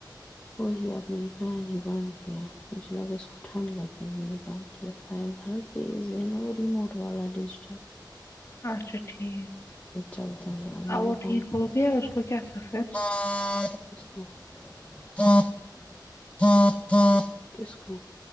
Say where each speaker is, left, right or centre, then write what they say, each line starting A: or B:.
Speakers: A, on the left; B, on the left.
A: وہی اب میں نے فین ہی بند کیا مجھے لگا اس کو ٹھنڈ لگی میں نے بند کیا فین تھڑا یہ زینو وہ ریموٹ والا ڈش تھا
B: اچھا ٹھیک
A: چلتا ہے اب میں
B: ا
A: نے
B: وہ ٹھیک
A: بند
B: ہو پھر اس کو کیا کہے
A: <unintelligible> <unintelligible> کس کو